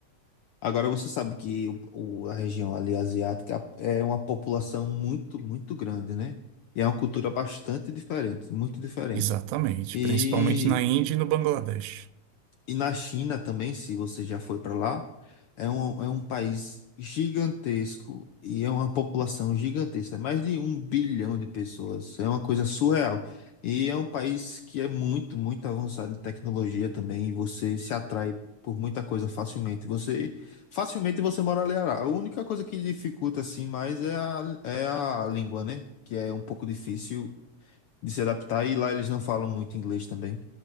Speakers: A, on the left; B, on the right.
A: Agora você sabe que o, o- a região ali asiática é uma população muito, muito grande, né? E é uma cultura bastante diferente, muito diferente.
B: Exatamente,
A: E
B: principalmente na Índia e no Bangladesh.
A: E na China também, se você já foi para lá, é um, é um país gigantesco e é uma população gigantesca, é mais de um bilhão de pessoas, é uma coisa surreal. E é um país que é muito, muito avançado em tecnologia também, e você se atrai por muita coisa facilmente. Você facilmente você mora ali. A única coisa que dificulta assim mais é a, é a língua, né? Que é um pouco difícil de se adaptar e lá eles não falam muito inglês também.